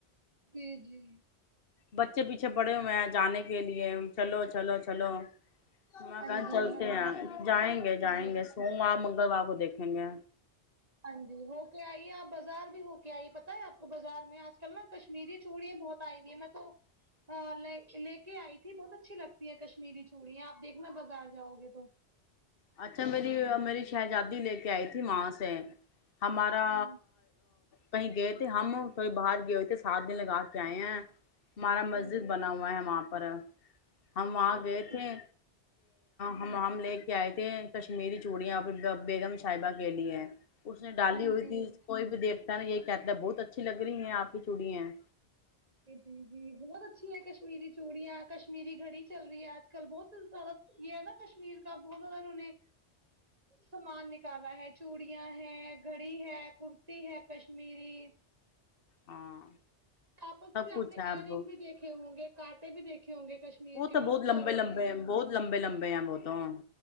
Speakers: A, on the right (about 35°); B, on the left (about 55°).
A: جی جی
B: بچے پیچھے پڑے ہو میں جانے کے لیے چلو چلو چلو ماں
A: ہاں
B: کہاں
A: جی
B: چلتے
A: ہاں
B: ہیں
A: جی
B: جائیں گے جائیں
A: جی
B: گے سوموار منگلوار کو دیکھیں گے
A: ہاں جی ہو کے آئی آپ بازار بھی ہو کے آئی پت ہے آپ کو بازار میں آج کل نا کشمیری چوڑیاں بہت آئی ہوئی ہیں میں تو ل لے کے آئی تھی بہت اچھی لگتی ہے کشمیری چوڑی آپ دیکھنا بازار جاؤ گے تو
B: اچھا میری میری شہزادی لے کے آئی تھی وہاں سے ہمارا
A: ہاں
B: کہیں گئے تھے ہم تھئی باہر گئے ہوئے تھے سات دن لگا کے آئے ہیں ہمارا مسجد
A: ہاں جی
B: بنا ہوا ہے وہاں پہ پر ہم
A: اچھا
B: وہاں
A: اچھا
B: گئے تھے
A: جی
B: ہم ہم لے کے کیا آتے ہیں کشمیری چوڑیاں آپ بیگم صاحبہ کے لیے ہے اس نے ڈالی
A: ہاں
B: ہوئی
A: جی
B: تھی کوئی بھی دیکھ نا یہ کہتا ہے بہت اچھی لگ رہی ہیں آپ کی چوڑیں
A: جی جی جی بہت اچھی کشمیری چوڑیاں کشمیری گھڑی چل رہی ہے آج کل بہت زیادہ یہ ہے نا کشمیر کا بہت زیادہ انہوں نے سامان نکالا ہے چوڑیا ہے گھڑی ہے کرتی ہے کشمیری
B: ہاں
A: آپس
B: سب
A: میں بھی اپنے
B: کچھ ہے
A: ایئر
B: اب
A: رنگ
B: وہ
A: بھی دیکھے ہوں گے کانٹے بھی دیکھے ہوں گے کشمیر کے
B: تو
A: بہت
B: لمبے
A: چل
B: لمبے
A: رہے ہیں
B: بہت لمبے لمبے ہیں وہ تو